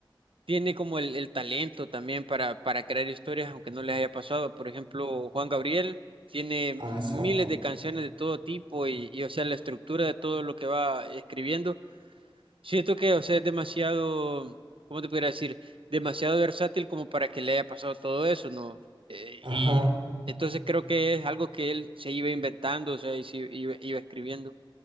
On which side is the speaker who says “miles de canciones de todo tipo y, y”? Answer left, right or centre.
Right